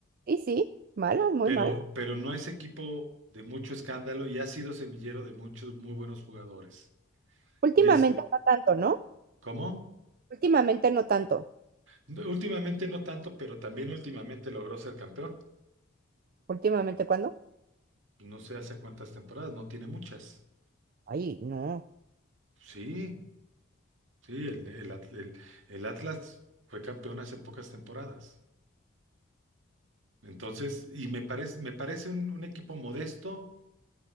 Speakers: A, on the right; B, on the right.
A: sí, sí, mala muy
B: pero,
A: mala
B: pero no es equipo de mucho escándalo y ha sido semillero de muchos muy buenos jugadores.
A: Últimamente
B: Y es,
A: no tanto, ¿no?
B: ¿cómo?
A: Últimamente no tanto.
B: No, Últimamente no tanto, pero también últimamente logró ser campeón.
A: Últimamente, ¿cuándo?
B: No sé hace cuántas temporadas, no tiene muchas.
A: Ay, no.
B: Sí, sí, el, el At- el- el Atlas fue campeón hace pocas temporadas. Entonces, y me parece, me parece un, un equipo modesto,